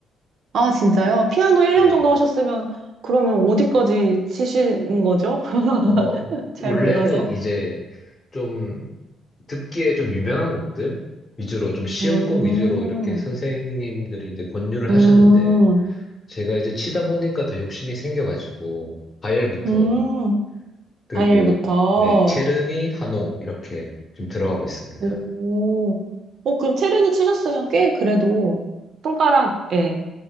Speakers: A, on the right (about 65°); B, on the left (about 35°).
A: 아, 진짜요? 피아노 1년
B: 네.
A: 정도 하셨으면 그러면 어디까지 치시는 거죠? <laughs>
B: 어,
A: 잘
B: 원래는
A: 몰라서.
B: 이제 좀 듣기에 좀 유명한 곡들 위주로 좀 쉬운
A: 음,
B: 곡 위주로 이렇게 선생님들이 이제 권유를
A: 음,
B: 하셨는데 제가 이제 치다 보니까 더 욕심이 생겨가지고 바이엘부터
A: 음,
B: 그리고
A: 과일부터.
B: 네, 체르니, 하농 이렇게 좀 들어가고 있습니다.
A: 오, 어, 그럼 체르니 치셨으면 꽤 그래도 손가락에